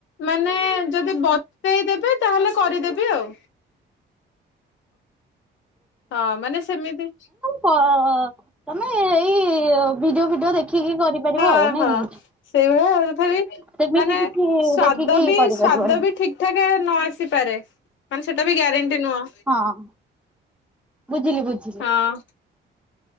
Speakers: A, on the left (about 70°); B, in the centre.
A: ମାନେ ଯଦି ବତେଇଦେବେ ତାହେଲେ କରିଦେବି ଆଉ। ହଁ ମାନେ ସେମିତି
B: ତ ତମେ ଏଇ ଭିଡିଓ ଫିଡିଓ ଦେଖିକି କରିପାରିବ
A: ହଁ
B: ଆଉ ନାଇଁ
A: ହଁ
B: କି?
A: ସେଇଭଳିଆ ଆଉ ତଥାପି
B: ସେମିତି
A: ମାନେ
B: କିଛି
A: ସ୍ଵାଦ
B: ଦେଖିକି
A: ବି
B: କରିପାରିବନି
A: ସ୍ଵାଦ ବି ଠିକ ଠାକ ନ ଆସିପାରେ ମାନେ ସେଟା ବି ଗ୍ୟାରେଣ୍ଟି ନୁହଁ।
B: ହଁ। ବୁଝିଲି ବୁଝି
A: ହଁ।